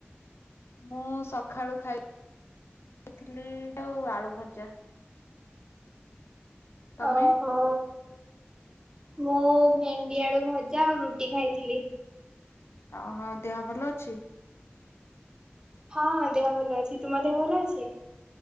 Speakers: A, on the left; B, on the right.
A: ମୁଁ ସକାଳୁ ଖାଇ <inaudible> ଇଥିଲି ଆଉ ଆଳୁ ଭଜା। ତମେ?
B: ଓହୋ। ମୁଁ ଭେଣ୍ଡି ଆଳୁ ଭଜା ଆଉ ରୁଟି ଖାଇଥିଲି।
A: ଓ ହଁ ଦେହ ଭଲ ଅଛି?
B: ହଁ ଦେହ ଭଲ ଅଛି ତୁମ ଦେହ ଭଲ ଅଛି?